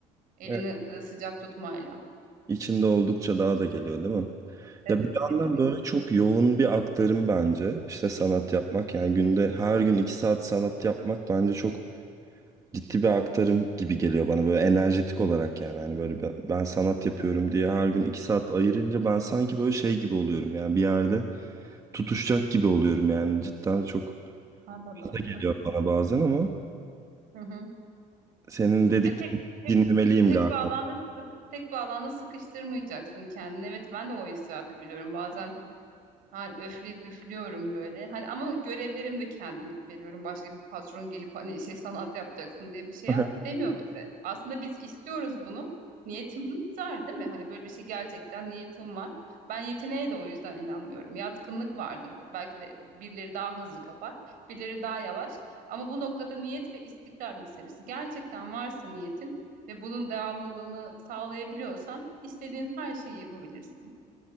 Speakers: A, on the right; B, on the right.
A: Elini
B: Evet.
A: e, sıcak tutmayla.
B: içinde oldukça daha da geliyor değil mi?
A: Evet
B: Ya bir
A: kesinlikle.
B: yandan böyle çok yoğun bir aktarım bence. İşte sanat yapmak yani günde her gün iki saat sanat yapmak bence çok ciddi bir aktarım gibi geliyor bana böyle enerjetik olarak yani. Hani böyle ben, ben sanat yapıyorum diye her gün iki saat ayırınca ben sanki böyle şey gibi oluyorum yani bir yerde tutuşacak gibi oluyorum yani cidden çok
A: Anladım.
B: fazla geliyor bana bazen ama.
A: Hı hı.
B: Senin dediklerini
A: Ya tek tek
B: dinlemeliyim
A: tek
B: galiba.
A: bir alanda
B: <laughs>
A: sık, tek bir alanda sıkıştırmayacaksın kendini. Evet ben de o hissiyatı biliyorum. Bazen Hani öfleyip üflüyorum böyle. Hani ama görevlerimi de kendim veriyorum. Başka bir patron gelip hani şey sanat yapacaksın diye bir şey
B: Aha.
A: yap- demiyor bize. Aslında biz istiyoruz bunu. Niyetimiz var değil mi? Hani böyle bir şey gerçekten niyetim var. Ben yeteneğe de o yüzden inanmıyorum. Yatkınlık vardır. Belki de birileri daha hızlı kapar, birileri daha yavaş. Ama bu noktada niyet ve istikrar meselesi. Gerçekten varsa niyetin ve bunun devamlılığını sağlayabiliyorsan istediğin her şeyi yapabilirsin.